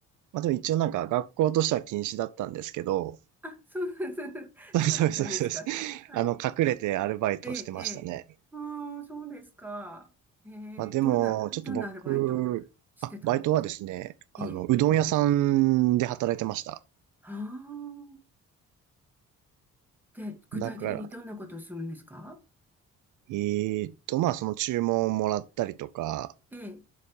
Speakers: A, on the right (about 80°); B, in the centre.
A: まあでも一応なんか学校としては禁止だったんですけど、
B: あ、そうなんです。<laughs>
A: <laughs>
B: そうだったんですか。
A: そうです、そうです、そうです。
B: はい。
A: あの、隠れてアルバイトをしてましたね。
B: ええ、ええ。うーん、そうですか。ええ、
A: まあでも、
B: どんな、
A: ちょっと僕、
B: どんなアルバイトしてたんですか
A: あ、バイトはですね、あの、
B: ええ。
A: うどん屋さんで働いてました。
B: はあ。で、具体的にどんなことをするんですか
A: だから、えーっと、まあその注文をもらったりとか、
B: ええ、